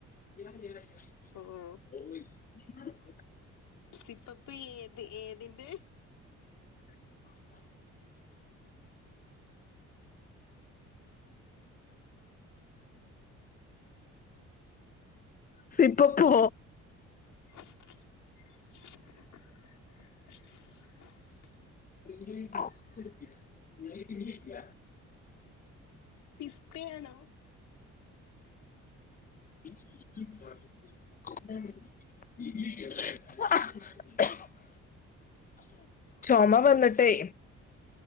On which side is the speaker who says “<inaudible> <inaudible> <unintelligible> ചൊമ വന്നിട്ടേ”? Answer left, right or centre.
Left